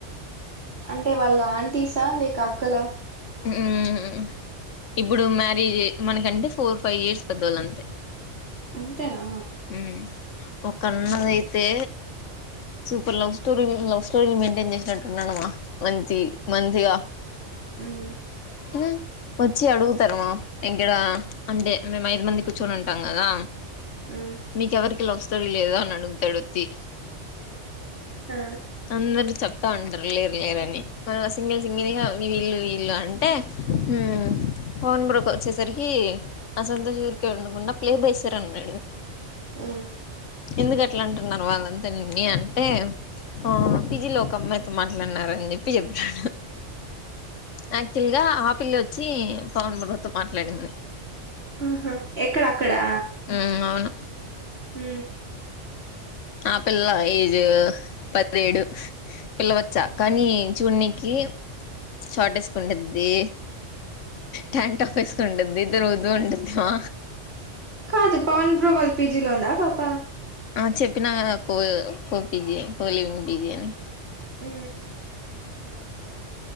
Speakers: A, on the right; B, on the left.
A: అంటే వాళ్ళు ఆంటీసా, లేక అక్కలా?
B: మ్మ్ ఇప్పుడు మ్యారేజ్ మనకంటే ఫోర్ ఫైవ్ ఇయర్స్ పెద్దవాళ్ళు అంతే
A: అంతేనా
B: ఊమ్ ఒకన్నదైతే
A: ఉమ్.
B: సూపర్ లవ్ స్టోరీ లవ్ స్టోరీలు మెయింటైన్ చేసినట్టున్నాడమా మంచి మంచిగా
A: ఊమ్
B: మ్మ్ వచ్చి అడుగుతనవా ఇంకా ఈడ అంటే మేము ఐదు మంది కూర్చొని ఉంటాం కదా
A: ఊమ్
B: మీకెవరికి లవ్ స్టోరీ లేదా అని అడుగుతాడు వచ్చి
A: ఆ
B: అందరు చెప్తా ఉంటారు లేరు లేరని మన సింగిల్ సింగిలిగా వీళ్ళు వీళ్ళు అంటే ఊ పవన్ బ్రోకి వచ్చేసరికి అ సంతోష్ ఊరికే వుండకుండా ప్లే బయ్ సార్ అన్నాడు
A: ఉ
B: ఎందుకు అట్లా అంటున్నారు వాళ్ళంతా నిన్ని అంటే ఆ పిజి లో ఒక అమ్మయ్ మాట్లాడినార అని చెప్పి చెప్పినాడు యాక్చువల్ గా ఆ పిల్లె వచ్చి పవన్ బ్రొ తో మాట్లాడింది
A: ఆహా ఎక్కడ అక్కడా
B: ఊ అవును
A: ఊ
B: ఆ పిల్ల ఏజ్ పదిహెడు పిల్ల బచ్చా కానీ చూనీకి షార్ట్ వేసుకుండిద్ది ట్యాంట్ప్ వేసుక ఉండద్ది ఇద్దరు ఉదు ఉండదివా
A: కాదు పవన్ బ్రో వాళ్ళ పిజీలో ఉందా ఆ పాప
B: ఆ చెప్పినా కదా కో కో పీజి కోలీవింగ్ పీజి అని
A: ఊ